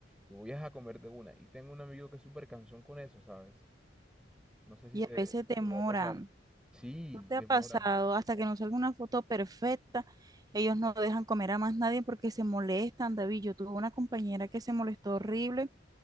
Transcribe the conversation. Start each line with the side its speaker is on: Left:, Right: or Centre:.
Centre: Yo voy a comer de una. Y tengo un amigo que es súper cansón con eso, ¿sabes? No sé si
Right: Y
Centre: te
Right: a veces demoran.
Centre: llegó a pasar. Sí,
Right: ¿No te
Centre: demora.
Right: ha pasado? Hasta que no salga una foto perfecta, ellos no dejan comer a más nadie porque se molestan, David. Yo tuve una compañera que se molestó horrible